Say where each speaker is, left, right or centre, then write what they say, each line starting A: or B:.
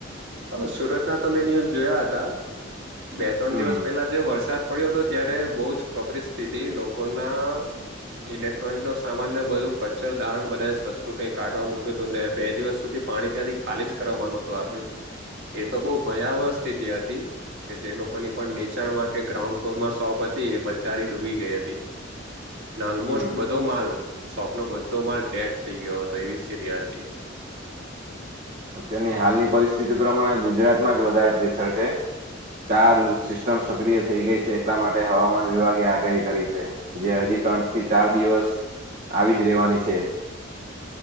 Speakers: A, on the right; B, on the right.
A: સુરતના તો મેં ન્યૂઝ જોયા હતા બે ત્રણ
B: હમ
A: દિવસ પહેલા જે વરસાદ પડ્યો હતો ત્યારે બહુ જ કપરી સ્થિતિ લોકોના ઇલેક્ટ્રોનિકો સામાન ને બધું કચરો ધારણ બધા સસ્તું કંઈ કાઢવા મૂક્યું હતું ને બે દિવસ સુધી પાણી ત્યાંથી ખાલી જ કરવામાં નહતું આવ્યું એ તો બહુ ભયાવહ સ્થિતિ હતી કે જે લોકોની પણ નીચાણમાં કે ગ્રાઉન્ડ ફ્લોર માં શોપ હતી એ બધાની ડૂબી ગઈ હતી <inaudible> ઓલમોસ્ટ
B: હમ
A: બધો માલ શોપ નો બધો માલ ડેટ થઈ ગયો હતો એવી સ્થિતિ હતી
B: અત્યની હાલની પરિસ્થિતિ પ્રમાણે ગુજરાતમાં જ વધારે પ્રેશર છે ચાર સિસ્ટમ સક્રિય થઈ ગઈ છે એટલા માટે હવામાન વિભાગે આગાહી કરી છે જે હજી ત્રણ થી ચાર દિવસ આવી જ રહેેવાની છે